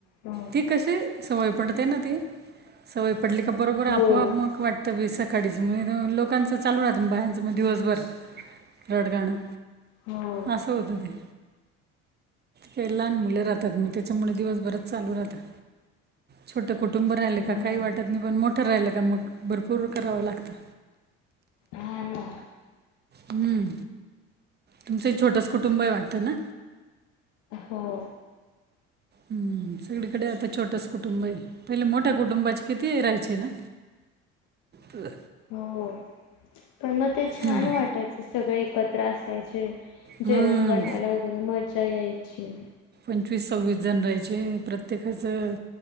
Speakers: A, on the left; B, on the right.
A: हो
B: ती कशी. सवय पडते ना. ती सवय. पडली का बरोबर
A: हो
B: आपो-आप मग वाटतं विस आकाडीच म्ह लोकांचं चालू राहतंग बायांचं मग दिवसभर रडगाणं.
A: हो
B: असस हूत ते. काही लहान मुलं राहतात. मग त्याच्यामुळे दिवसभरात चालू राहतात छोट मोठ. कुंटूब राहिले
A: हो
B: काही
A: ना
B: वाटत नाही. पण मोठ. राहायला का मग भरपूर करावं लागतं.
A: हा ना
B: हम्म तुमचं एक छोटस कुटुंब वाटतं ना?
A: हो
B: हम्म सगळीकडे आता छोटच कुटुंब आहे. पहिले मोठ्या कुटुंबाची किती राहायचे ना. तर.
A: हो पण मग ते छान
B: एवढे
A: वाटायचं. सगळे एकत्र असायचे.
B: हां
A: जेवण बनवायला वगैरे मजा यायची.
B: पंचवीस सव्वीस जण राहायचे प्रत्येकाचं